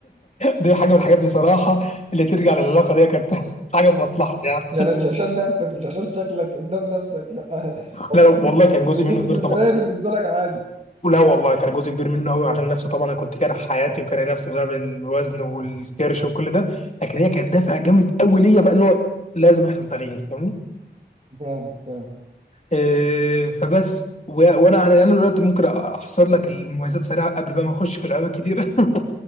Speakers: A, on the left (about 40°); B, on the right (about 40°).
A: دي حاجه من الحاجات بصراحه اللي ترجع للعلاقه دي كانت حاجه في مصلحتي يعني
B: يعني مش عشان نفسك مش عشان شكلك قدام نفسك لا <laughs> لو
A: لا
B: بصت
A: لا والله
B: في
A: كان جزء
B: لو
A: منه
B: بصت
A: كبير
B: في المراية
A: طبعا
B: بالنسبة لك عادي
A: لا والله كان جزء كبير منه قوي عشان نفسي طبعا انا كنت كاره حياتي وكاره نفسي بسبب الوزن والكرش وكل ده لكن هي كانت دافع جامد قوي ليا بقى ان هو لازم يحصل تغيير فاهمني
B: فاهمك فاهم
A: إيه، فبس و- وانا انا أنا دلوقتي ممكن احصر لك المميزات سريعه قبل بقى ما اخش في لعبه كتير <laughs>